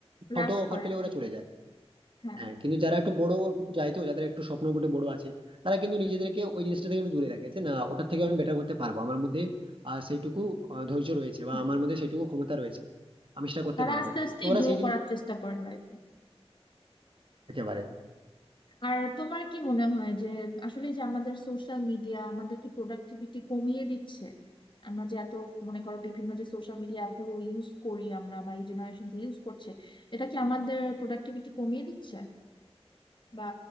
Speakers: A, on the right; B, on the left.
A: ছোট
B: রাশ
A: অফার
B: করে
A: পেলে
B: লাইফ
A: ওরা চলে যায়
B: হ্যাঁ
A: হ্যাঁ কিন্তু যারা একটু বড় কিছু যায় তো যাদের একটু স্বপ্ন মোটে বড় আছে তারা কিন্তু নিজেদেরকে ওই জিনিসটা থেকে একটু দূরে রাখে যে না ওটার থেকে আমি বেটার করতে পারবো আমার মধ্যে আহ সেইটুকু আহ, ধৈর্য রয়েছে বা
B: হ্যাঁ
A: আমার মধ্যে সেইটুকু ক্ষমতা রয়েছে আমি সেটা করতে
B: তারা
A: পারবো
B: আস্তে আস্তে
A: তো ওরা
B: গ্রো
A: সেই জিনিস
B: করার চেষ্টা করে লাইফে
A: একেবারে
B: আর তোমার কি মনে হয় যে আসলে যে আমাদের সোশ্যাল মিডিয়া আমাদের কি প্রোডাক্টিভিটি কমিয়ে দিচ্ছে আমরা যে এত মনে করো বিভিন্ন যে সোশ্যাল মিডিয়া অ্যাপগুলো ইউজ করি আমরা বা এই জেনারেশন যে ইউজ করছে এটা কি আমাদের প্রোডাক্টিভিটি কমিয়ে দিচ্ছে বা